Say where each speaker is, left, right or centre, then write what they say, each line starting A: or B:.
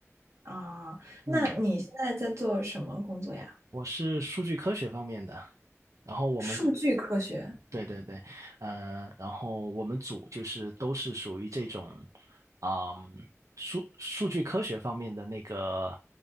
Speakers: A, on the right; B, on the right.
A: 啊，
B: 嗯，
A: 那你现在在做什么工作呀？
B: 我是数据科学方面的，然后我们
A: 数据科学。
B: 对对对，呃，然后我们组就是都是属于这种，啊、数数据科学方面的那个